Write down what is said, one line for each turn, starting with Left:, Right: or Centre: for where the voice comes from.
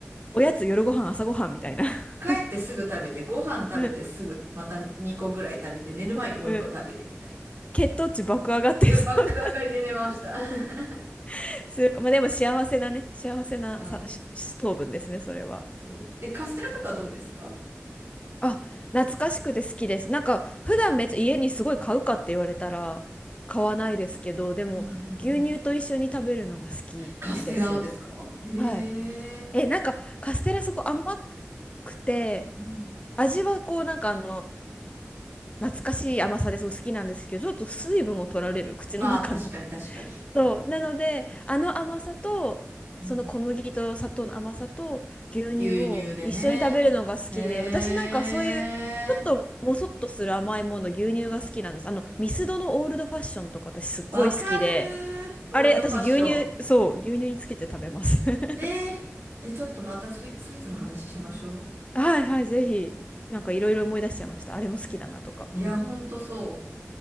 Left: おやつ、夜ご飯、朝ごはんみたいな。<laughs>
Right: 帰ってすぐ食べて、ご飯食べてすぐまた2個ぐらい食べて、
Left: うん。
Right: 寝る前にもう1個食べてみたいな。
Left: 多分うん。血糖値爆上がってそうな。
Right: いや、爆上がりで寝ました。<laughs>
Left: <laughs> すまあ、でも幸せなね、幸せなさしし糖分ですね、
Right: はい。
Left: それは。
Right: そうです。え、カステラとかどうですか
Left: あ、懐かしくて好きです。なんか普段めっちゃ家にすごい買うかって言われたら買わないですけど、でも牛乳と一緒に食べるのが好きです。
Right: うんうんうん。カステラをですかへえ。
Left: はい。え、なんかカステラそこ甘くて、
Right: うん。
Left: 味はこうなんかあの懐かしい甘さですごい好きなんですけど、ちょっと水分を取られる口の中の。
Right: まあ、確かに確かに。
Left: そう。なので、あの甘さと、
Right: うん。
Left: その小麦と砂糖の甘さと牛乳を一緒に食べるのが好きで、
Right: 牛乳でね。へえ。
Left: 私なんかそういう、ちょっともそっとする甘いもの、牛乳が好きなんです。あの、ミスドのオールドファッションとか私すっごい好きで、
Right: わかるー。ロールドファッション。
Left: あれ、私牛乳、そう、牛乳につけて食べます。<laughs>
Right: えー、え、ちょっとまたスイ、スイーツの話しましょう。
Left: はいはい、ぜひ、なんかいろいろ思い出しちゃいました。あれも好きだなとか。
Right: いや、
Left: うん。
Right: ほんとそう。